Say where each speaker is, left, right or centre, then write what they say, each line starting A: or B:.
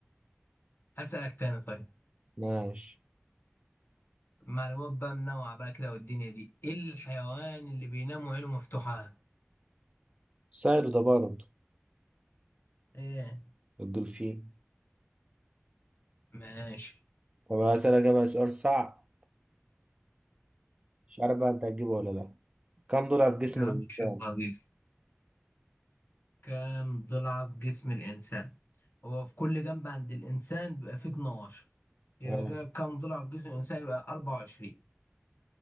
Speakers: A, on the left; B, on the right.
A: هسألك تاني طيب
B: ماشي
A: معلومات بقى منوعة بقى كده والدنيا دي ايه الحيوان اللي بينام وعينه مفتوحة
B: سهل ده برضه
A: ايه
B: الدولفين
A: ماشي
B: طب هسألك بقى سؤال صعب مش عارف بقى انت هتجيبه ولا لا كم ضلع في جسم
A: يا عم
B: الإنسان؟
A: ان شاء الله غير كام ضلع في جسم الانسان هو في كل جنب عند الانسان بيبقى فيه 12 يبقى
B: اه
A: كده كام ضلع في جسم الانسان يبقى 24